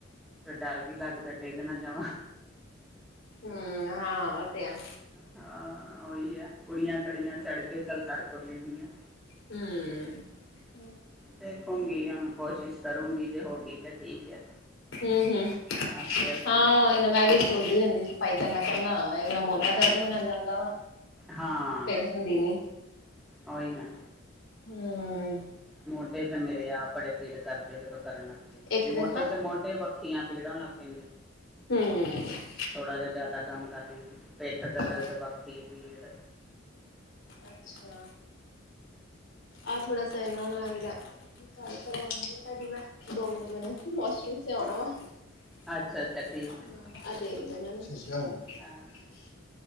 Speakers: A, in the centre; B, on the left (about 75°).
A: ਤੇ ਡਰ ਵੀ ਲੱਗਦਾ ਡਿੱਗ ਨਾ ਜਾਵਾਂ।
B: ਹੂੰ ਹਾਂ ਉਹ ਤੇ ਆ
A: ਹਾਂ ਉਹੀ ਹੈ ਕੁੜੀਆਂ ਕੜੀਆਂ ਚੜ੍ਹ ਕੇ ਚੱਲ ਕਰ ਕੁਰ ਲੈਂਦੀਆਂ
B: ਹਮ
A: ਦੇਖੂਗੀ ਹੁਣ ਕੋਸ਼ਿਸ਼ ਕਰੂਗੀ ਜੇ ਹੋਗੀ ਤਾਂ ਠੀਕ ਆ
B: ਹਮ ਹਮ
A: ਆਸਤੇ ਆਸਤੇ
B: ਹਾਂ ਇਹਨਾ ਮੈਂ ਵੀ ਸੁਚਦੀ ਰਹਿੰਦੀ ਸਫਾਈ ਤੇ ਮੈਂ ਕਹਿੰਨਾ ਮੇਰਾ ਮੋਡਾ ਦਰਦ ਹੋਣਾ ਜਾਂਦਾ ਵਾ
A: ਹਾਂ
B: ਫਿਰ ਹੁੰਦੀ ਨੀ।
A: ਉਹੀ ਨਾ
B: ਹੰ
A: ਮੋਢੇ ਤੇ ਮੇਰੇ ਆਪ ਬੜੇ ਪੀੜ ਕਰਦੇ ਜਦੋਂ ਕਰਨ ਲੱਗ <unintelligible>
B: ਇੱਕ ਦਿਨ
A: ਮੋਢੇ
B: ਹਾਂ
A: ਤੇ ਮੋਢੇ ਵੱਖੀਆਂ ਪੀੜ ਹੋਣ ਲਗ <unintelligible> <unintelligible>
B: ਹਮ।
A: ਥੋੜਾ ਜਿਹਾ ਜ਼ਿਆਦਾ ਕੰਮ ਕਰਨ <unintelligible> ਪਿੱਠ ਦਰਦ
B: ਹਾਂ
A: ਵੱਖੀ ਪੀੜ
B: ਅੱਛਾ ਆ ਥੋੜਾ ਸ <unintelligible> ਗੱਲ ਕਰਵਾਉਣੀ ਆ ਤੁਹਾਡੀ ਮੈਂ ਦੋ ਮਿੰਟ ਮੈਨੂੰ <unintelligible> <inaudible> ਤੇ ਆਉਣਾ ਵਾ <unintelligible>
A: ਅੱਛਾ ਅੱਛਾ ਠੀਕ ਹੈ ਹਾਂ